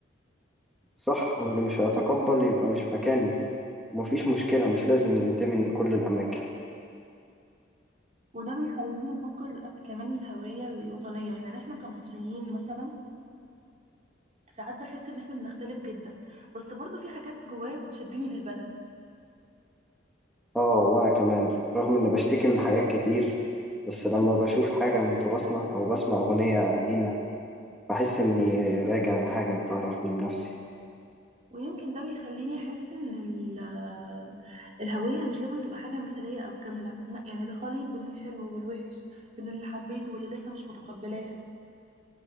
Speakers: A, in the centre; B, on the right.
A: صح واللي مش هيتقبل يبقى مش مكاني مفيش مشكلة مش لازم ننتمي من كل الأماكن
B: وده بيخليني أفكر كمان الهوية الوطنية يعني إحنا كمصريين مثلا ساعات بحس إن إحنا بنختلف جدا بس برضه في حاجات جوايا بتشدني للبلد
A: اه وأنا كمان رغم إني بشتكي من حاجات كتير بس لما بشوف حاجة من تراثنا أو بسمع أغنية قديمة بحس إني راجع لحاجة بتعرفني بنفسي
B: ويمكن ده بيخليني احس ان ال- الهويه مش لازم تبقى حاجه مثاليه او كامله لا يعني ده خليط بين الحلو والوحش بين اللي حبيته واللي لسه مش متقبلاه